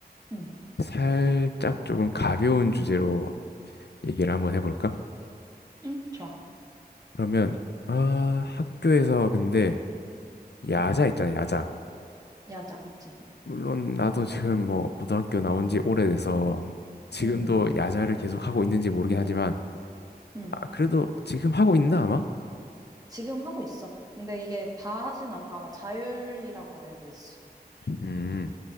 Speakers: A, on the right (about 20°); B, on the left (about 80°).
A: 음,
B: 살짝 조금 가벼운 주제로 얘기를 한번 해볼까?
A: 음, 좋아.
B: 그러면 아 학교에서 근데 야자
A: 음,
B: 있잖아 야자
A: 야자, 있지.
B: 물론 나도 지금 뭐 고등학교 나온 지 오래돼서 지금도
A: 음, 음,
B: 야자를 계속 하고 있는지 모르긴 하지만
A: 음.
B: 아, 그래도 지금 하고 있나 아마?
A: 지금 하고 있어. 근데 이게 다 하진 않고 아마 자율이라고 알고 있어.
B: 음